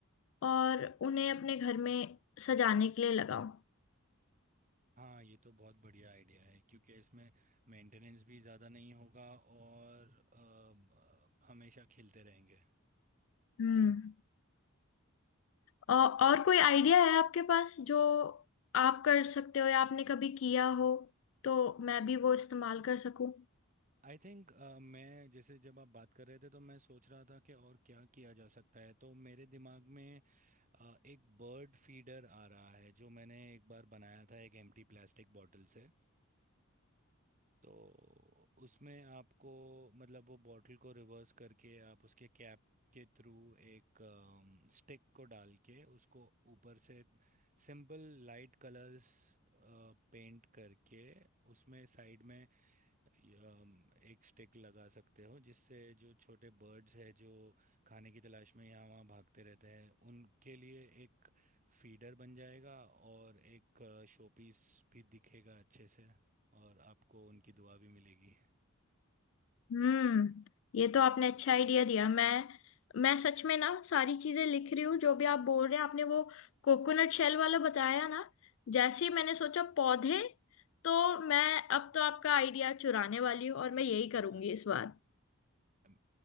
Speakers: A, on the left (about 60°); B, on the right (about 35°).
A: और उन्हें अपने घर में सजाने के लिए लगाओ
B: हाँ ये तो बहुत बढ़िया आइडिया है क्योंकि इसमें मेंटेनेंस भी ज़्यादा नहीं होगा और अम, अ, हमेशा खेलते रहेंगे
A: हम्म और, और कोई आइडिया है आपके पास जो आप कर सकते हो या आपने कभी किया हो तो मैं भी वो इस्तेमाल कर सकूं
B: आई थिंक मैं जैसे जब आप बात कर रहे थे तो मैं सोच रहा था कि और क्या किया जा सकता है तो मेरे दिमाग में अ, एक बर्ड फीडर आ रहा है जो मैंने एक बार बनाया था एक एम्प्टी प्लास्टिक बॉटल से तो उसमें आपको मतलब वो बॉटल को रिवर्स करके आप उसके कैप के थ्रू एक स्टिक को डाल के उसको ऊपर से सिंपल लाइट कलर्स पेंट करके उसमें साइड में या, अम, एक स्टिक लगा सकते हो जिससे जो छोटे बर्ड्स हैं जो खाने की तलाश में यहाँ वहाँ भागते रहते हैं उनके लिए एक फीडर बन जाएगा और एक शोपीस भी दिखेगा अच्छे से और आपको उनकी दुआ भी मिलेगी
A: हम्म ये तो आपने अच्छा आइडिया दिया मैं मैं सच में ना सारी चीजें लिख रही हूँ जो भी आप बोल रहे हैं आपने वो कोकोनट शेल वाला बताया ना जैसे ही मैंने सोचा पौधे तो मैं अब तो आपका आइडिया चुराने वाली हूँ और मैं यही करूंगी
B: <laughs>
A: इस बार
B: म-